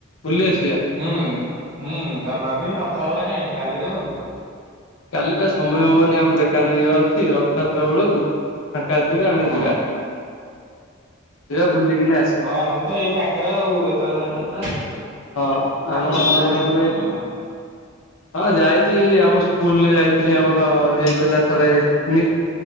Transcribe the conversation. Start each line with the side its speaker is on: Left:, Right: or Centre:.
Left: ବୁଲି ଆସିବା?
Right: ହୁଁ, ହୁଁ ଚାଲୁ ନାହାନ୍ତି ରଥଯାତ୍ରା କାଇଁ କାଲି ଚାଲନ୍ତୁ।
Left: କାଲି ପା ସମୟ ହବନି ଆମ ଦୋକାନ ଇଏ ଅଛି, ରଥଯାତ୍ରା ବେଳକୁ ଫାଙ୍କା ଅଛ ଥିବ ଆମେ
Right: ହଁ।
Left: ଯିବା, ଯିବା ବୁଲିକିନା ଆସି <inaudible>
Right: ନନ ତ ଏଇ ପାଖରେ ଆଉ ଯେତେବେଳେ ଚାହିଁବା ଯିବା, ସେଥିରେ କିଛି ନାହିଁ,
Left: ହଁ ଆମ
Right: ଆପଣ
Left: ନନ୍ଦନକାନନ
Right: ତ ଯାଇନାହାନ୍ତି ନନ୍ଦନକାନନ।
Left: ଏଇ ହଁ ଯାଇଚି ଆମ ସ୍କୁଲ୍ ରେ ଯାଇଥିଲି ଆମର ହେଇଥିଲା ଥରେ <inaudible> ନି